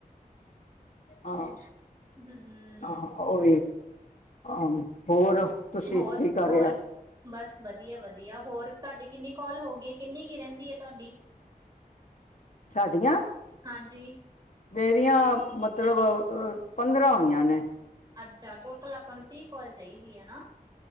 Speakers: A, on the left (about 55°); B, on the right (about 25°).
A: ਹਾਂ
B: ਹਮ
A: ਆਹ, ਉਹ ਵੀ ਆਹ ਹੋਰ? ਤੁਸੀਂ
B: ਹੋਰ-ਹੋਰ,
A: ਕੀ ਕਰ ਰਿਹਾ
B: ਬੱਸ ਵਧੀਆ- ਵਧੀਆ ਹੋਰ। ਤੁਹਾਡੀ ਕਿੰਨੀ ਕਾਲ ਹੋ ਗਈ, ਕਿੰਨੀ ਕ ਰਹਿੰਦੀ ਐ ਤੁਹਾਡੀ?
A: ਸਾਡੀਆਂ
B: ਹਾਂਜੀ
A: ਮੇਰੀਆਂ, ਮਤਲਬ ਪੰਦਰਾਂ ਹੋਈਆਂ ਨੇ।
B: ਅੱਛਾ, ਟੋਟਲ ਆਪਾਂ ਨੂੰ ਤੀਹ ਕਾਲ ਚਾਹੀਦੀ ਹੈਨਾ।